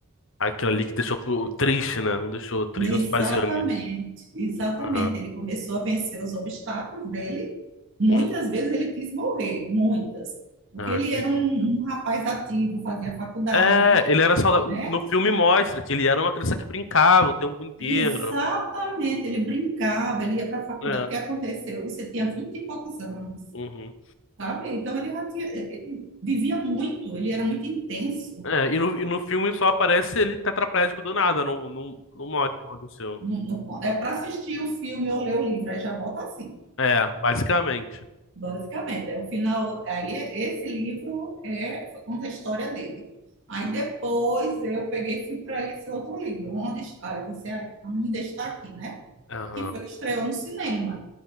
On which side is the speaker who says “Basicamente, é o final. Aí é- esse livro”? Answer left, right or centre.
Right